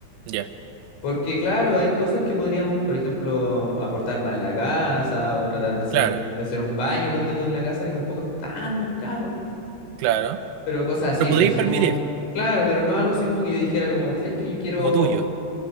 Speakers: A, on the right; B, on the left.
A: Ya,
B: Porque claro, hay cosas que podríamos, por ejemplo, aportar más en la casa o tratar de hacer,
A: claro,
B: de hacer un baño, ponte tú en la casa, que tampoco es tan caro.
A: claro.
B: Pero cosas así,
A: Lo podríais
B: pero así
A: permitir,
B: como... Claro, pero no algo así como que yo dijera como, ¿sabes qué? Yo quiero...
A: como tuyo.